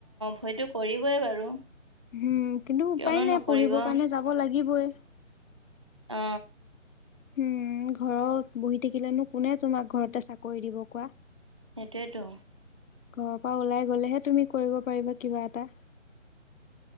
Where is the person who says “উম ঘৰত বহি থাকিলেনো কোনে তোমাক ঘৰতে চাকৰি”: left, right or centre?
Left